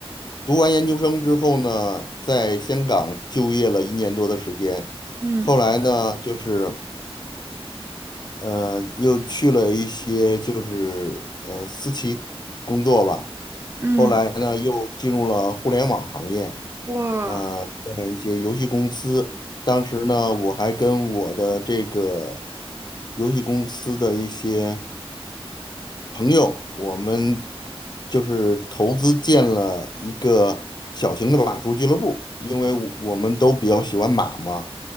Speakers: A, on the left; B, on the right.
A: 读完研究生之后呢，在香港就业了一年多的时间，
B: 嗯
A: 后来呢，就是呃，又去了一些就是呃私企工作吧，
B: 嗯，
A: 后来呢，又进入了互联网行业，
B: 哇，
A: 呃，在一些游戏公司，当时呢，我还跟我的这个游戏公司的一些。朋友，我们就是投资建了一个小型的马术俱乐部，因为我我们都比较喜欢马嘛，